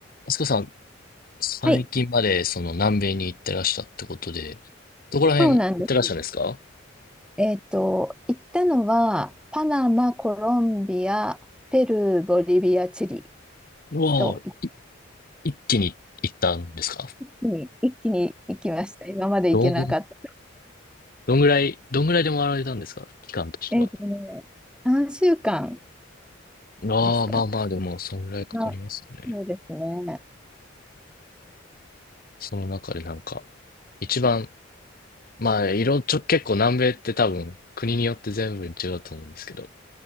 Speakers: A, on the left (about 45°); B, in the centre.
A: あすこさん、最近までその南米に行ってらっしたってことで、
B: はい、
A: どこら辺行ってらっしゃるんですか
B: そうなんです。えっと、行ったのは、パナマ、コロンビア、ペルー、ボリビア、チリ
A: うわあ、
B: と、
A: 一気に行ったんですか
B: いい一気に、一気に行きました。今まで行けなかった。
A: どん、どんぐらい、どんぐらいで回られたんですか期間としては。
B: えっとね、3週間
A: ああ、
B: ですかね。
A: まあまあ、でも、そんぐらいかかりますね。
B: あ、そうですね。
A: その中でなんか、一番、まあ、いろ、ちょ、結構南米って多分、国によって全部違うと思うんですけど、